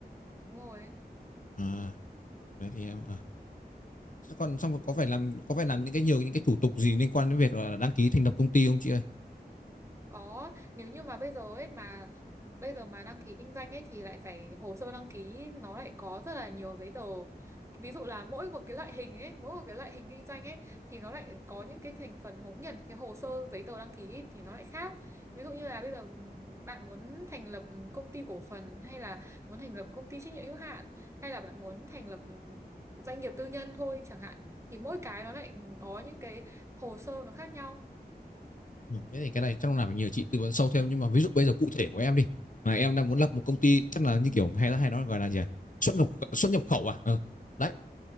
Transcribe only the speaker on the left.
À, đấy thì em à. Thế Còn xong rồi có phải làm có phải làm những cái nhiều những cái thủ tục gì liên quan đến việc là đăng ký thành lập công ty không chị ơi?
Ừ, Thế thì cái này chắc là phải nhờ chị tư vấn sâu thêm nhưng mà ví dụ bây giờ cụ thể của em đi mà em đang muốn lập một công ty chắc là như kiểu hay là hay nói gọi là gì à? xuất nhập xuất nhập khẩu à ừ. đấy